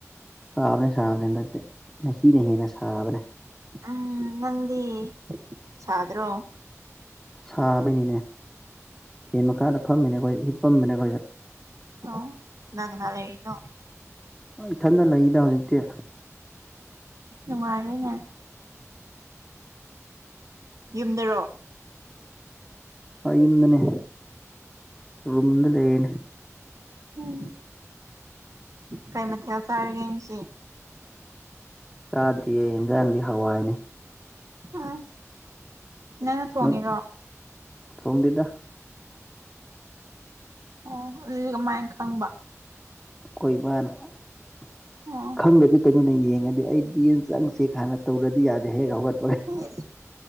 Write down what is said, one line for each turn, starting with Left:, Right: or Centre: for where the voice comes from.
Centre: ꯁꯥꯕꯅꯦ ꯁꯥꯕꯅꯦ ꯍꯟꯗꯛꯇꯤ ꯉꯁꯤꯅ ꯍꯦꯟꯅ ꯁꯥꯕꯅꯦ
Right: ꯎꯝ ꯅꯪꯗꯤ ꯁꯥꯗ꯭ꯔꯣ
Centre: ꯁꯥꯕꯩꯅꯤꯅꯦ ꯐꯦꯟ ꯃꯈꯥꯗ ꯐꯝꯃꯤꯅꯦ ꯑꯩꯈꯣꯏ ꯍꯤꯞꯄꯝꯃꯤꯅꯦ ꯑꯩꯈꯣꯏꯁꯨ
Right: ꯑꯣ ꯀꯅꯥ ꯀꯅꯥ ꯂꯩꯔꯤꯅꯣ
Centre: ꯍꯣꯏ ꯏꯊꯟꯗ ꯂꯩꯗ ꯍꯧꯖꯤꯛꯇꯤ
Right: ꯅꯨꯉꯥꯏꯔꯦꯅꯦ ꯌꯨꯝꯗꯔꯣ
Centre: ꯑ ꯌꯨꯝꯗꯅꯦ ꯔꯨꯝꯗ ꯂꯩꯌꯦꯅꯦ
Right: ꯎꯝ ꯀꯩ ꯃꯊꯦꯜ ꯆꯥꯔꯒꯦ ꯉꯁꯤ
Centre: ꯆꯥꯗ꯭ꯔꯤꯌꯦ ꯌꯦꯟꯖꯥꯡꯗꯤ ꯍꯋꯥꯏꯅꯦ
Right: ꯎꯝ ꯅꯪꯅ ꯊꯣꯡꯉꯤꯔꯣ
Centre: ꯅꯣꯏ ꯊꯣꯡꯗꯦꯗ
Right: ꯑꯣ ꯑꯗꯨꯗꯤ ꯀꯃꯥꯏ ꯈꯪꯕ
Centre: ꯑꯈꯣꯏ ꯕꯥꯅ <unintelligible>
Right: ꯑꯣ
Centre: ꯈꯪꯗꯗꯤ ꯀꯩꯅꯣꯅꯦ ꯌꯦꯡꯉꯗꯤ ꯑꯩꯗꯤ ꯌꯦꯟꯖꯥꯡꯁꯦ ꯍꯥꯟꯅ ꯇꯧꯗ꯭ꯔꯗꯤ ꯌꯥꯗꯦ ꯍꯦꯛ ꯍꯧꯒꯠꯄꯒ
Right: ꯏꯁ